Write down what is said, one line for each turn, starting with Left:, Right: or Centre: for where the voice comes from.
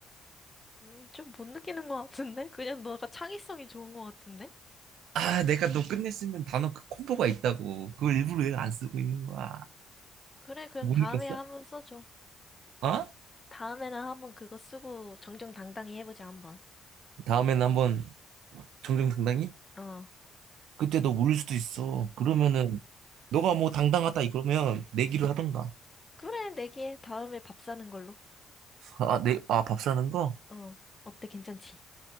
Left: 음, 좀 못 느끼는 것 같은데? 그냥 너가 창의성이 좋은 것 같은데?
Right: 아, 내가 너 끝내 쓰는 단어 그 콤보가 있다고. 그걸 일부러 내가 안 쓰고 있는 거야.
Left: 그래, 그럼
Right: 못
Left: 다음에
Right: 느꼈어?
Left: 한번 써줘.
Right: 어?
Left: 다음에는 한번 그거 쓰고 정정당당히 해보자, 한번.
Right: 다음에는 한번 정정 당당히?
Left: 어,
Right: 그때 너 울릴 수도 있어. 그러면은 너가 뭐 당당하다 이러면 내기를 하던가.
Left: 그래, 내기해. 다음에 밥 사는 걸로.
Right: 아, 내, 아, 밥 사는 거?
Left: 어, 어때, 괜찮지?